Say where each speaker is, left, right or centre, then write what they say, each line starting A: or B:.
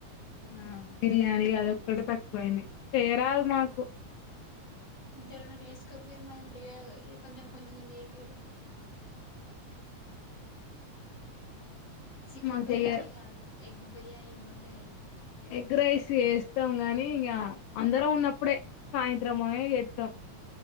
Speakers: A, on the left; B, on the left.
A: ఆ బిర్యానీ అది ఒక్కటి తక్కువయింది చేరాదు మాకు
B: ఇద్దరు వేసుకపోయరు మ కొంచం కొంచం చేయపోయరు చికెన్
A: మాకు
B: బిర్యానీ
A: చెయ్యరు
B: కాదు ఎగ్ బిర్యానీ ఇంకుంటే క
A: ఎగ్ రైస్ వేస్తాం గానీ ఇంక అందరం ఉన్న అప్పుడే సాయంత్రమ జేత్తం